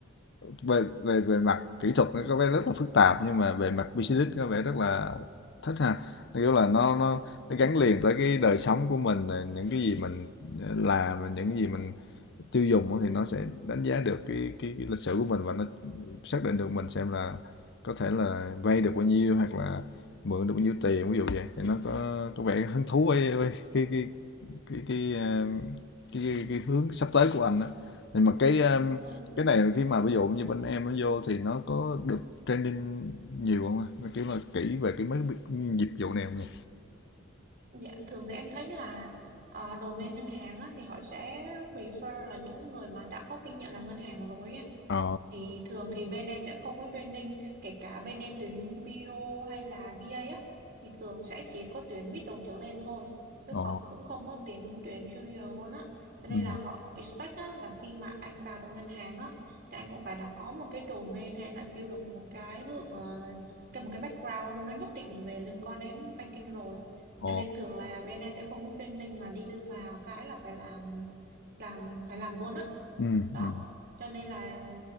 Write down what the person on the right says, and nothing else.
đó
Dạ, thường thì em thấy là ờ, domain ngân hàng á, thì họ sẽ prefer là những cái người mà đã có kinh nghiệm làm ngân hàng rồi á.
Thì thường thì bên em sẽ không có training, kể cả bên em tuyến bio hay là BA á thì thường sẽ chỉ có tuyến middle trở lên thôi, chứ
còn cũng không có tuyến tuyến junior luôn á. Cho nên
là họ expect á, là khi mà anh vào được ngân hàng á thì anh cũng phải đã có một cái domain hay là build được một cái lượng ờ, cái một cái background nó nhất định về liên quan đến banking rồi.
Cho nên thường là bên em sẽ không có training mà đi vào cái là phải làm làm phải làm luôn á.
Đó
cho nên là